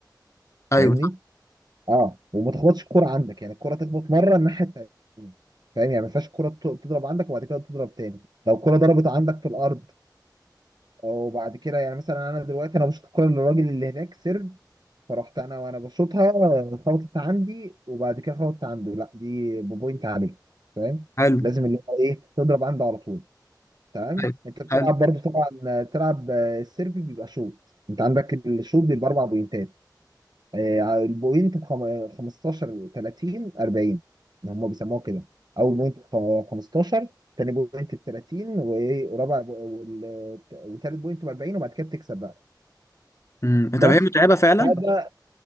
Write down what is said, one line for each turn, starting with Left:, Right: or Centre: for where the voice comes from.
Left: ايوه
Right: فاهمني اه وما تخبطش الكره عندك يعني الكره تخبط مره الناحيه التانيه فاهم يعني ما ينفعش الكره ت- تضرب عندك وبعد كده تضرب تاني لو الكره ضربت عندك في الارض وبعد كده يعني مثلا انا دلوقتي انا بشوط الكره للراجل اللي هناك سيرف فرحت انا وانا بشوطها خبطت عندي وبعد كده خبطت عنده لا دي بوينت عليك فاهم
Left: حلو
Right: لازم اللي هو ايه تضرب عنده على طول تمام
Left: أيوة،
Right: انت بتلعب
Left: حلو
Right: برضه طبعا تلعب آه، السيرفي بيبقى شوط انت عندك الشوط بيبقى اربع بوينتات آه، البوينت ب 15 30 40 هم بيسموها كده اول بوينت ب 15 تاني بوينت ب 30 وايه ورابع بو- وال- وتالت بوينت ب 40 وبعد كده بتكسب بقى
Left: امم
Right: بس
Left: طب هي متعبة فعلا
Right: تعال بقى